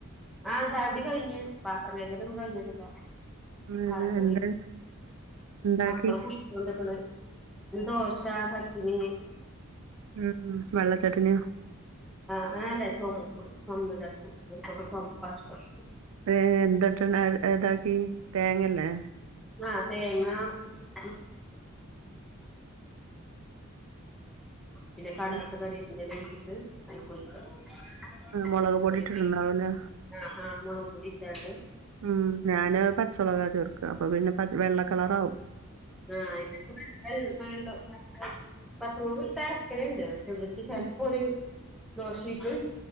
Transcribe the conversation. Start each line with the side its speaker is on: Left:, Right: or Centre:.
Centre: ആഹ് ചായൊടി കയിഞ്ഞ് പാത്രം കെകലൊന്നും കയിഞ്ഞിട്ടില്ല
Right: ഉം
Centre: ചായപ്പൊടി
Right: എന്താ ഉണ്ടാക്കി
Centre: മക്കള് കു <unintelligible> ണ്ട്ക്കണ് പിന്നെദോശ, ചട്ട്ണി
Right: ഉം.. ഉം വെള്ള ചട്ട്ണിയൊ?
Centre: ആഹ് ആഹന്നെ ചോകന്നപൊടി ചോന്ത ചട്ട്ണി ഇവർക്കൊക്കെ ചോംപ്പാഷ്ടം
Right: ഏഹ്.. എന്താട്ട്ണ് അഹ്താക്കി തേങ്ങല്ലേ?
Centre: ആഹ് തേങ്ങാ, <unintelligible> പിന്നെ കടർത്ത
Right: ഉം
Centre: കരിയേപ്പിന്റെലൊയ്ച്ച്ട്ട് അയികൊയ്ക്ക <unintelligible>
Right: ആഹ് മുളക് പൊടി ഇട്ടിട്ടുണ്ടാവൂലേ
Centre: ആഹ് ആഹ് മുളക് പൊടിട്ടാണ്ട്.
Right: ഉം ഞാന് പച്ചെളകാ ചേർക്കാ അപ്പൊ പിന്നെ പ വെള്ളക്കളറാവും
Centre: ആഹ് <unintelligible> പത്ത് മൂ <unintelligible> അർക്കല്ണ്ട് പക്ഷെ ഇവർക്ക് ചെൽപ്പൊരു
Right: ഉം
Centre: ദോഷയ്ട്ട്